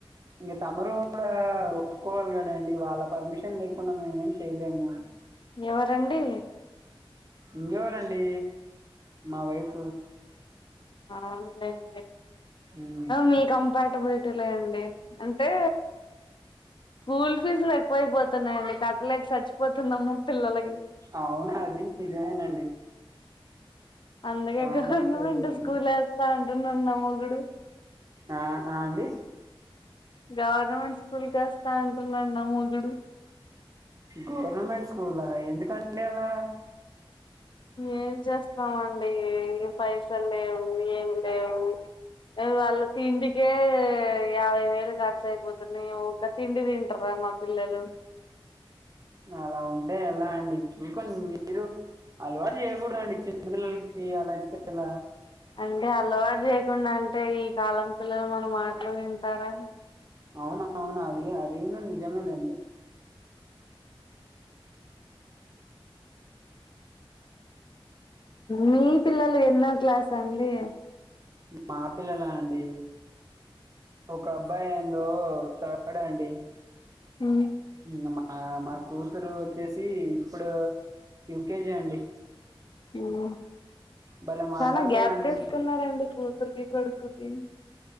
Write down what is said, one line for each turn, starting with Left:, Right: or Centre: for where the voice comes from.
Right: ఇంక తమురు కూడా ఒప్పుకోవాలి కదండి వాళ్ళ పర్మిషన్ లేకుండా మేము ఏం చేయలేము
Left: ఎవరండి
Right: ఇంకెవరండి మా వైఫ
Left: ఆన్లైన్
Right: ఉమ్
Left: మీ కంప అబులిటీ లే అండి అంటే స్కూల్ ఫీజులు ఎక్కువైపోతుయి తున్నాయండి కట్టలేక చచ్చిపోతున్నామ్ము పిల్లలకి
Right: అవునా అది నిజమేనండి
Left: అందుకే
Right: చానా
Left: గవర్నమెంట్
Right: ఎక్కువైపోతుంది
Left: స్కూల్ వేస్తాంట ఇన్నా మగుడు
Right: ఆ ఆ అండి
Left: గవర్నమెంట్ స్కూల్ కేస్తా అంటున్నాన్న ముధుడు
Right: గవర్నమెంట్ స్కూలా ఎందుకండి అలా
Left: ఏం చేస్తామండి పైసలు లేవు ఏమి లేవు వాళ్ళ తిండికే యాభై వేలు ఖర్చు అయిపోతున్నాయి ఒక తిండి తింటరా మా పిల్లలు
Right: అలా ఉంటే ఎలా అండి చూసుకని మీరు అలవాటు చేయకూడండి చిన్నపిిల్లలకి అలా ఇస్తే ఎలా
Left: అంటే అల్వాటు చేయకుండా అంటే ఈ కాలం పిల్లలు మనం మాటలు వింటారా.
Right: అవును అవును అది అదిన్నీ నిజమే అండి
Left: మీ పిల్లలు ఎన్నో క్లాస్ అండి
Right: మా పిల్లలా అండి. ఒక అబ్బాయి ఏందో థర్డ్ అండి
Left: హ్
Right: <unintelligible> మా కూతురు వోచ్చేసి ఇప్పుడు యూకేజీ అండి.
Left: హ్
Right: భలే
Left: చనా
Right: మాట్లాడుతదండి
Left: గ్యాప్ తీసుకున్నారండి పూ కూతురుకి కొడుకుకి